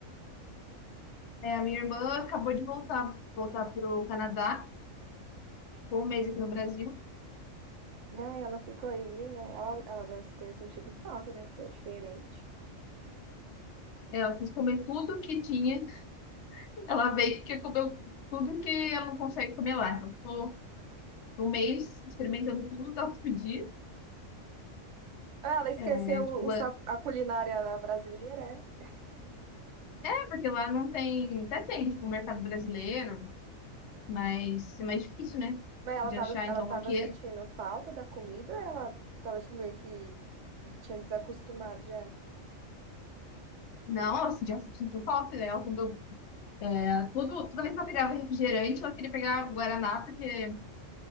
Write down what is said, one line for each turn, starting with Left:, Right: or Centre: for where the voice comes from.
Left: É, a minha irmã acabou de voltar, voltar pro Canadá, ficou um mês aqui no Brasil.
Right: Né? Ela ficou aí, né? Ela, ela deve ter sentido falta, né? Porque é diferente.
Left: Ela quis comer tudo que tinha. Ela veio porque comeu tudo que ela não consegue comer lá. Então ficou um mês experimentando tudo que ela podia.
Right: Ah, ela esqueceu
Left: É,
Right: o,
Left: tipo,
Right: o sa-
Left: é
Right: a culinária brasileira, é?
Left: é, porque lá não tem, até tem, tipo, o mercado brasileiro, mas é mais difícil, né?
Right: Mas ela
Left: De
Right: tava,
Left: achar.
Right: ela
Left: Então
Right: tava
Left: aqui,
Right: sentindo falta da comida, ou ela tava tipo, meio que tinha desacostumado já.
Left: nossa, já sinto falta dela. Quando, é, tudo, toda vez que ela pegava refrigerante, ela queria pegar Guaraná, porque,